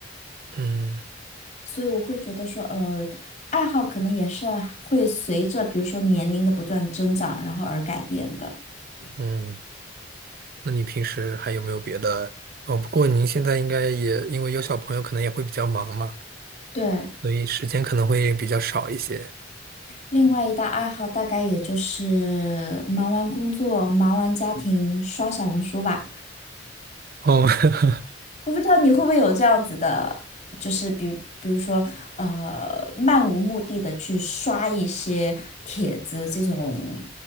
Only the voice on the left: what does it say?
所以我会觉得说，呃，爱好可能也是啊会随着比如说年龄的不断增长，然后而改变的。
对，
另外一大爱好大概也就是忙完工作、忙完家庭，刷小红书吧。
我不知道你会不会有这样子的，就是比比如说，呃，漫无目的的去刷一些帖子这种